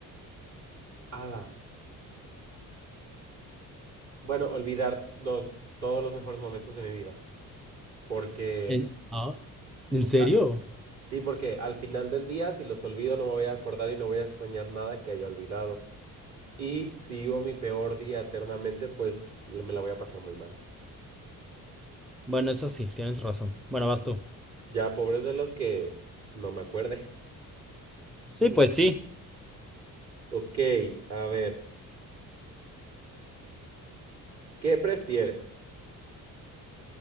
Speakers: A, on the right; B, in the centre.
A: Ala. Bueno, olvidar los, todos los mejores momentos de mi vida. Porque.
B: ¿En, ah, ¿en serio?
A: ah, Sí, porque al final del día, si los olvido, no me voy a acordar y no voy a extrañar nada que haya olvidado. Y si vivo mi peor día eternamente, pues l- me la voy a pasar muy mal.
B: Bueno, eso sí, tienes razón. Bueno, vas tú.
A: Ya, pobres de los que no me acuerde.
B: Sí, pues sí.
A: Ok, a ver. ¿Qué prefieres?